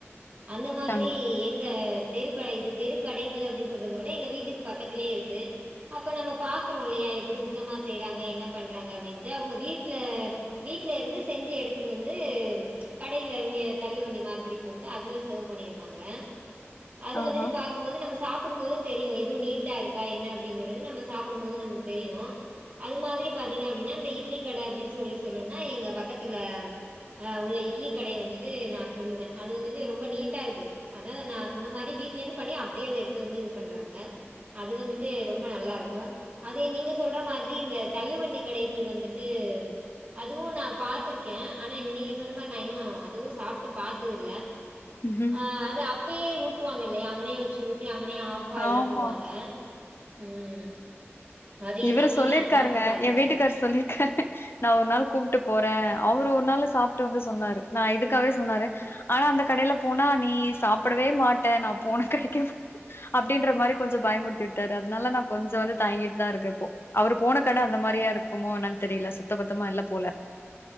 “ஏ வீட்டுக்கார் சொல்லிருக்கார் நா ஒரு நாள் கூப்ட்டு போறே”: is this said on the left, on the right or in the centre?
Left